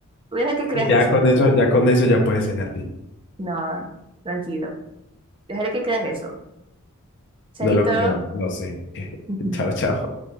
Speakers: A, on the right (about 25°); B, on the left (about 55°).
A: Voy a dejar que creas
B: Y ya
A: eso.
B: con eso, ya con eso ya puedes cenar bien.
A: No, tranquilo. Dejaré que creas eso. Chaito.
B: No lo creo, no sé. <laughs>
A: Ujú.
B: Chao, chao.